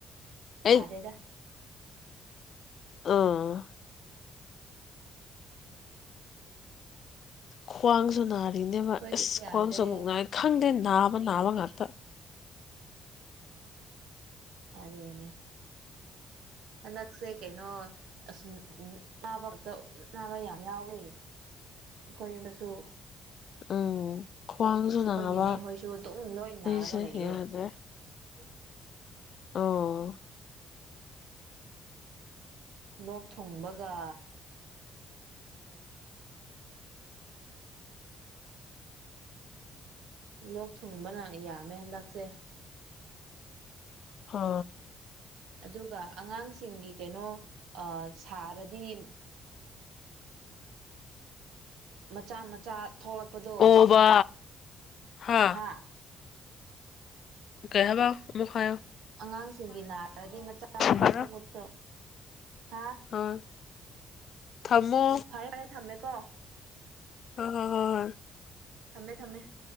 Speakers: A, on the left (about 60°); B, on the right (about 80°).
A: ꯑꯩ
B: ꯌꯥꯗꯦꯗ
A: ꯑꯥ ꯈ꯭ꯋꯥꯡ ꯁꯨꯅꯔ ꯅꯦꯕ
B: ꯑꯩꯈꯣꯏꯒꯤꯗꯤ
A: ꯑꯁ
B: ꯌꯥꯗ꯭ꯔꯦ
A: ꯀ꯭ꯋꯥꯡꯁꯨ ꯑꯃꯨꯛ ꯅꯥꯔ ꯈꯪꯗꯦꯅꯦ ꯅꯥꯃ ꯅꯥꯃ ꯉꯔꯇ
B: ꯑꯗꯨꯅꯦ ꯍꯟꯗꯛꯁꯦ ꯀꯩꯅꯣ ꯑꯁ ꯅꯥꯕ ꯈꯛꯇ ꯅꯥꯕ ꯌꯥꯝ ꯌꯥꯎꯋꯦ ꯑꯩꯈꯣꯏ ꯌ ꯃꯁꯨ
A: ꯎꯝ ꯈ꯭ꯋꯥꯡꯁꯨ
B: ꯑꯩꯈꯣꯏꯅꯤꯅꯦ
A: ꯅꯥꯕ
B: ꯍꯣꯏꯁꯨ ꯑꯗꯨꯝ ꯂꯣꯏ ꯅꯥꯔꯒ
A: ꯑꯩꯁꯦ
B: ꯂꯩꯌꯦ
A: ꯌꯥꯗ꯭ꯔꯦ
B: ꯑ
A: ꯑꯣ
B: ꯂꯣꯛ ꯊꯨꯡꯕꯒ ꯂꯣꯛ ꯊꯨꯡꯕꯅ ꯌꯥꯝꯃꯦ ꯍꯟꯗꯛꯁꯦ
A: ꯍ
B: ꯑꯗꯨꯒ ꯑꯉꯥꯡ ꯁꯤꯡꯒꯤ ꯀꯩꯅꯩꯅꯣ ꯑ ꯁꯥꯔꯗꯤ ꯃꯆꯥ ꯃꯆꯥ ꯊꯣꯛꯂꯛꯄꯗꯣ
A: ꯑꯣꯕ ꯍꯥ
B: ꯍꯥꯥ
A: ꯀꯌꯥꯕꯥꯎ ꯃꯈꯥꯣ
B: ꯑꯉꯥꯡꯁꯤꯡꯒꯤ ꯅꯥꯔꯗꯤ ꯃꯆꯥ ꯑꯃꯆꯥꯥꯊꯣꯛꯄꯗꯣ
A: ꯐꯔꯦ
B: ꯍꯥꯥ
A: ꯍꯣꯏ ꯊꯝꯃꯣ
B: ꯐꯔꯦ ꯐꯔꯦ ꯊꯃꯦ ꯀ
A: ꯍꯣꯏ ꯍꯣꯏ ꯍꯣꯏ ꯍꯣꯏ
B: ꯊꯝꯃꯦ ꯊꯝꯃꯦ <unintelligible>